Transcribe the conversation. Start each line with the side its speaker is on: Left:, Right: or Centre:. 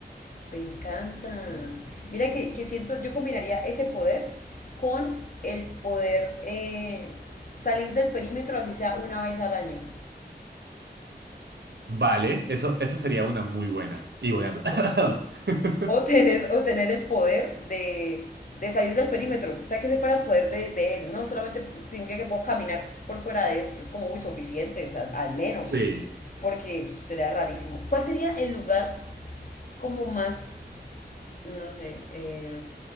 Left: Me encanta. Mira que, que siento, yo combinaría ese poder con el poder eh, salir del perímetro, así sea una vez al año.
Right: Vale, eso, eso sería una muy buena. Y volando. <laughs>
Left: O tener, o tener el poder de, de salir del perímetro. O sea, que ese fuera el poder de, de él. No solamente significa que puedo caminar por fuera de esto. Es como muy suficiente, o sea, al menos.
Right: <coughs> Sí.
Left: Porque pues, sería rarísimo. ¿Cuál sería el lugar como más, no sé, eh,